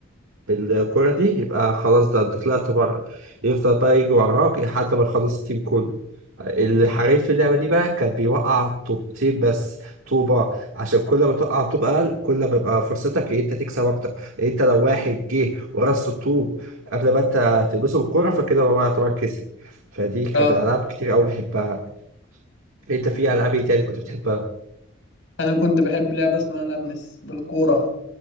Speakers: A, on the right; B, on the left.
A: بالكرة دي يبقى خلاص ده انت طلعت بره يفضل بقى يجي وراك لحد ما يخلص التيم كله الحريف في اللعبة دي بقى كان بيوقع طوبتين بس طوبة عشان كل ما توقع طوب أقل كل ما بيبقى فرصتك إن أنت تكسب أكتر أنت لو واحد جه ورص الطوب قبل ما أنت تلبسه بالكورة فكده هو يعتبر كسب فدي كان
B: اه
A: من الألعاب كتير أوي بحبها أنت في ألعاب إيه تاني كنت بتحبها؟
B: انا كنت بحب لعبه اسمها لمس بالكوره